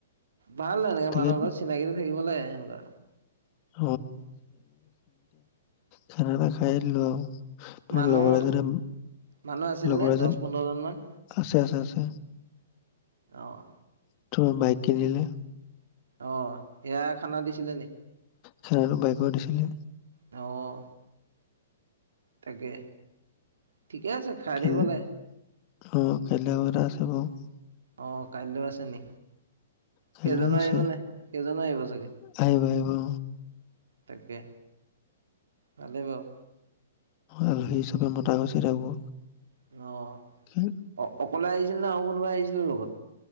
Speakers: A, on the right (about 90°); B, on the left (about 35°).
A: ভাল এনেকে
B: তাকে
A: মানুহৰ লগত অলপ চিনাকিতো থাকিব লাগে এনেকুৱা।
B: <unintelligible> খানাটা খাই দিলোঁ আৰু। মানে
A: মানুহ,
B: লগৰ এজনে
A: মানুহ আছিল
B: লগৰ
A: নে
B: এজন
A: দহ, পোন্ধৰ জন মান?
B: আছে, আছে, আছে।
A: অঁ।
B: <unintelligible> বাইক কিনিলে।
A: অঁ, সেয়া খানা দিছিলে নি?
B: খানাটো বাইকৰ দিছিলে
A: অঁ। তাকে, ঠিকে আছে। খাই
B: <unintelligible>
A: থাকিব লাগে
B: আছে‌ <unintelligible>
A: অঁ, কাইলৈও আছে নি?
B: কাইলৈও
A: সেইজনো
B: আছে
A: আহিব নে? সেইজনো আহিব চাগে!
B: আহিব আহিব অ
A: তাকে, ভালেই বাৰু।
B: আলহী হিচাপে মতা গৈছে তাকো।
A: অ'।
B: কি?
A: অ- অকলে আহিছিল নে, আৰু কোনোবা আহিছিলে লগত?